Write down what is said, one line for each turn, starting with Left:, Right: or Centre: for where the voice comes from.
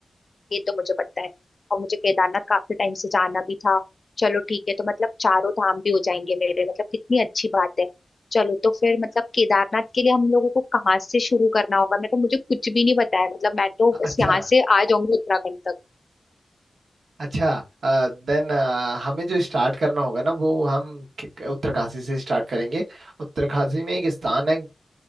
Left: ये तो मुझे पता है और मुझे केदारनाथ काफी टाइम से जाना भी था चलो ठीक है तो मतलब चारों धाम भी हो जाएंगे मेरे मतलब कितनी अच्छी बात है चलो तो फिर मतलब केदारनाथ के लिए हम लोगों को कहाँ से शुरू करना होगा मैं तो मुझे कुछ भी नहीं पता है मतलब मैं तो बस
Right: अच्छा
Left: यहाँ से आ जाऊंगी उत्तराखंड तक
Right: अच्छा देन हमें जो स्टार्ट करना होगा ना वो हम कि- उत्तरकाशी से स्टार्ट करेंगे उत्तरकाशी में एक स्थान है